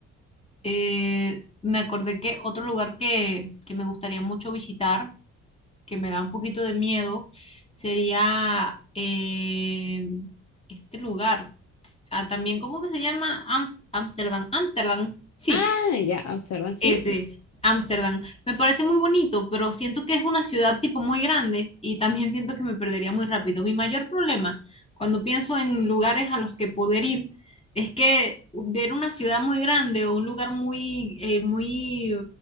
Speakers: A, on the left; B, on the left.
A: eh, me acordé que otro lugar que, que me gustaría mucho visitar que me da un poquito de miedo sería eh, este lugar. Ah, también, ¿cómo que se llama? Ams- Ámsterdam Amsterdam, sí.
B: Ah, ya, Amsterdam, sí.
A: Ese, Ámsterdam. Me parece muy bonito, pero siento que es una ciudad tipo muy grande y también siento que me perdería muy rápido. Mi mayor problema cuando pienso en lugares a los que poder ir es que ver una ciudad muy grande o un lugar muy, eh, muy, eh,